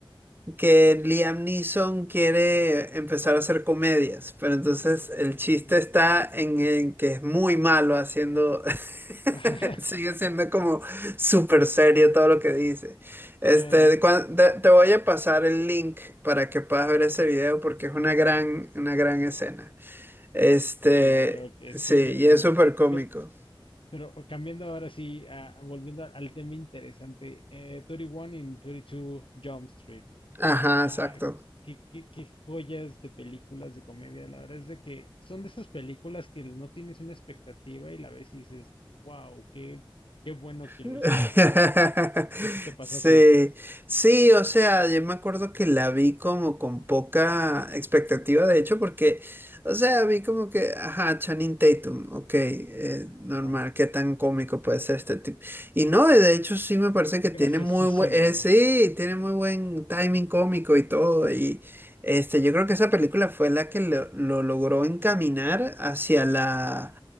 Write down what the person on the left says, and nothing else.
Mm.
<laughs>
Ah,
claro que sí,
mi hermano.
Pero, pero cambiando ahora sí, ah, volviendo al, al tema interesante, eh, 31 in 22 Jump Street.
Ah,
qué, qué, qué joyas de películas de comedia. La verdad es de que son de esas películas que no tienes una expectativa y la ves y dices, wow, qué, qué bueno que
la hicieron, ¿no? No sé si te pasó
así.
Ajá.
Es
graciosísimo.